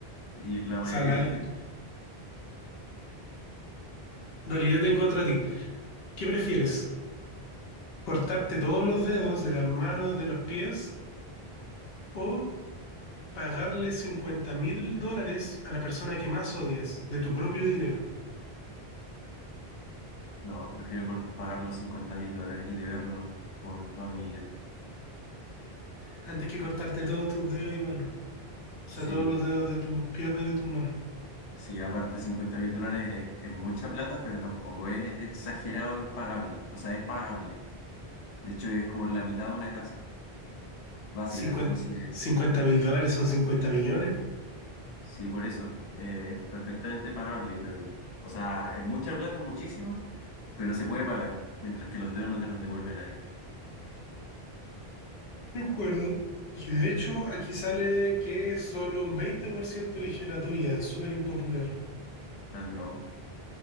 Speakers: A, on the left; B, on the left.
A: Y la
B: O sea,
A: mayoría
B: nadie.
A: eligió.
B: Dale, yo tengo otra a ti. ¿Qué prefieres? ¿Cortarte todos los dedos de las manos, de los pies? ¿O pagarle cincuenta mil dólares a la persona que más odias de tu propio dinero?
A: No, prefiero cort- pagar los 50 mil dólares y deberlos por toda mi vida.
B: Antes que cortarte todos tus dedos y manos. O sea,
A: Sí,
B: todos los dedos de tus piernas y de tus manos.
A: sí, aparte 50 mil dólares es, es mucha plata, pero tampoco es, es exagerado impagable. O sea, es pagable. De hecho, es como la mitad de una casa básica.
B: cincuenta
A: Entonces,
B: mil dólares son 50 millones.
A: sí, por eso eh, es perfectamente pagable, creo yo. O sea, es mucha plata, muchísimo, pero se puede pagar. Mientras que los dedos no te los devuelven ahí.
B: De acuerdo. Y de hecho, aquí sale que solo un 20% eligió la tuya. Súper impopular.
A: Tan loco.